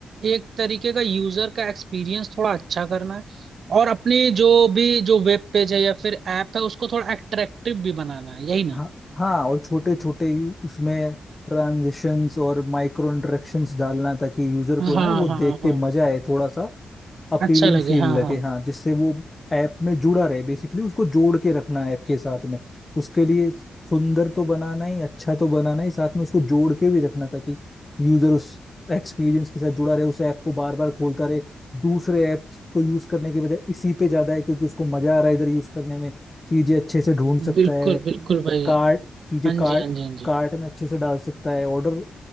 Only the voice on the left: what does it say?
हाँ
हाँ और छोटे छोटे उसमें ट्रांजिशंस और माइक्रो इंटरेक्शंस डालना ताकि यूजर
को है ना वो
देख के
मजा आए थोड़ा सा अपीलिंग
फील
लगे
हाँ जिससे वो ऐप में जुड़ा रहे बेसिकली उसको जोड़ के रखना ऐप के साथ में उसके लिए सुंदर तो बनाना ही अच्छा तो बनाना ही साथ में उसको जोड़ के भी रखना ताकि यूजर उस एक्सपीरियंस के साथ जुड़ा रहे उस ऐप को बार बार खोलता रहे दूसरे ऐप को यूज करने के बजाय इसी पे ज्यादा है क्योंकि उसको मजा आ रहा है इधर यूज करने में चीजें अच्छे से ढूंढ सकता
है
कार्ट चीजें
कार्ट
कार्ट में अच्छे से डाल सकता है ऑर्डर